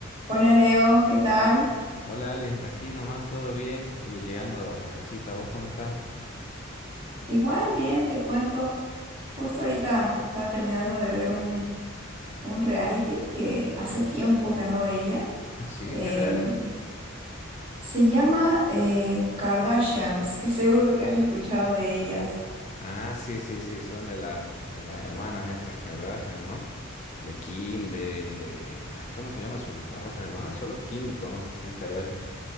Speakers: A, on the right; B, on the left.
A: Hola Leo, ¿qué tal?
B: Hola Ali, aquí nomás todo bien y llegando a casita, ¿vos cómo estás?
A: Igual, bien, te cuento. Justo ahorita estaba terminando de ver un, un reality que hace tiempo que no veía.
B: Ah, sí,
A: Eh,
B: ¿qué reality?
A: se llama eh, Kardashians, que seguro que has escuchado de ellas.
B: Ah, sí, sí, sí, son de las de las hermanas estas Kardashian, ¿no? De Kim, de ay, ¿cómo se llama su las otras hermanas? Solo Kim conozco, Kim Kardashian.